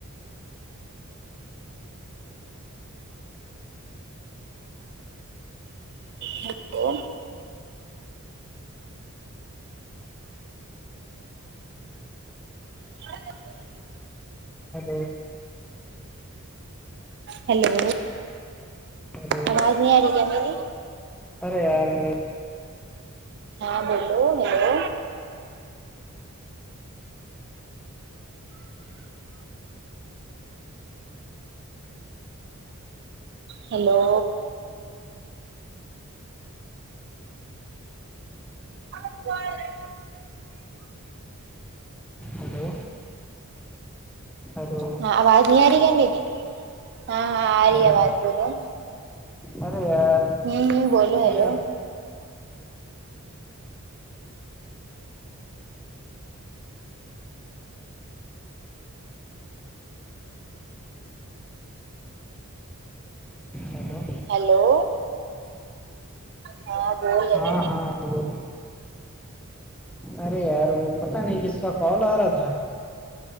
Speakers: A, on the right; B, in the centre.
A: ہیلو <unintelligible>
B: ہیلو
A: ہیلو
B: ہلو
A: آواز نہیں آ رہی کیا میری
B: ارے یار میری
A: ہاں بولو ہیلو ہیلو <unintelligible>
B: ہلو ہلو
A: ہاں آواز نہیں آ رہی کیا میری ہاں ہاں آ رہی
B: ہلو
A: آواز بولو
B: ارے یار
A: ہوم ہوم بولو
B: ارے
A: ہیلو
B: یار ہلو
A: ہیلو ہاں بول رہے
B: ہاں ہاں بول ارے یار وہ پتا نہیں کس کا کال آ رہا تھا